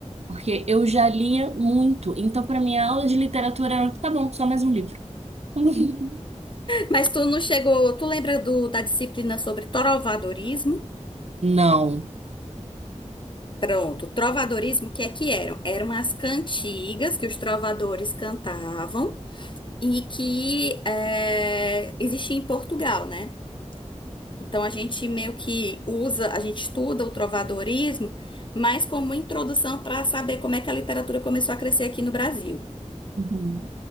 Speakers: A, on the right (about 60°); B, on the left (about 40°).
A: porque eu já lia muito. Então, pra minha aula de literatura era, tá bom, só mais um livro. <laughs>
B: Mas tu não chegou. Tu lembra do- da disciplina sobre trovadorismo?
A: Não.
B: Pronto, trovadorismo, o que é que eram? Eram as cantigas que os trovadores cantavam e que é, existia em Portugal, né? Então a gente meio que usa, a gente estuda o trovadorismo, mas como introdução para saber como é que a literatura começou a crescer aqui no Brasil.
A: Uhum.